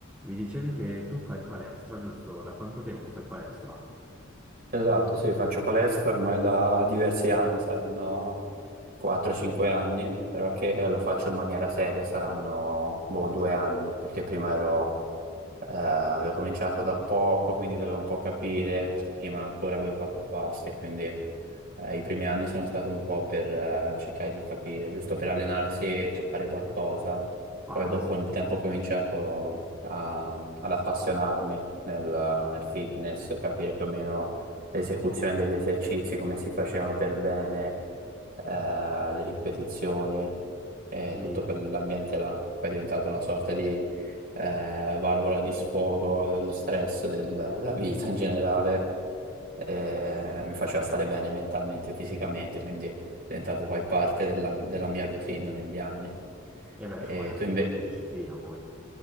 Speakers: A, in the centre; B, on the right.
A: Mi dicevi che tu fai palestra, giusto? Da quanto tempo fai palestra?
B: Esatto, sì, faccio palestra ormai da diversi anni, saranno 4-5 anni, però che lo faccio in maniera seria saranno boh, due anni, perché prima ero eh, avevo cominciato da poco, quindi dovevo un po' capire, perché prima ancora avevo fatto basket, quindi eh, i primi anni sono stato un po' per eh, cercare di capire, giusto per allenarsi e per fare qualcosa.
A: Ma
B: Poi dopo
A: di...
B: nel tempo ho cominciato a- ad appassionarmi nel, nel fitness, capire più o meno l'esecuzione degli esercizi, come si facevano per bene, eh, le ripetizioni e
A: E
B: tutto quell'ambiente là. Poi è diventato una sorta di eh, valvola di sfogo dello stress, del- della vita in generale, eh, mi faceva stare bene mentalmente e fisicamente, quindi è diventato poi parte della, della mia routine negli anni.
A: eh beh,
B: E
A: ci vuole anche
B: tu invece?
A: tanta disciplina poi.